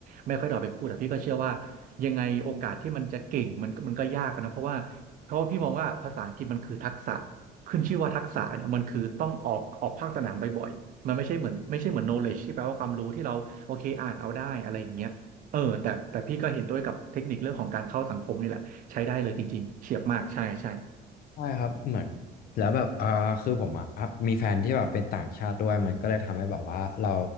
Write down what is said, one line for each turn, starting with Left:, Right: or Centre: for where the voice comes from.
Right: ไม่ค่อยได้เอาไปพูดแต่พี่ก็เชื่อว่ายังไงโอกาสที่มันจะเก่งมันก็มันก็ยากอะนะเพราะว่าเพราะว่าพี่มองว่าภาษาอังกฤษมันคือทักษะ ขึ้นชื่อว่าทักษะเนี่ยมันคือต้องออกออกภาคสนามบ่อยๆ มันไม่ใช่เหมือนไม่ใช่เหมือน knowledge ที่แปลว่าความรู้ที่เราโอเคอ่านเอาได้อะไรอย่างเงี้ยเออแต่แต่พี่ก็เห็นด้วยกับเทคนิคเรื่องของการเข้าสังคมนี่แหละใช้ได้เลยจริงๆเฉียบมากใช่ใช่
Left: ใช่ครับเหมือนแล้วแบบอ่าคือผมอ่ะอ่ะมีแฟนที่แบบเป็นต่างชาติด้วยมันก็เลยทำให้แบบว่าเรา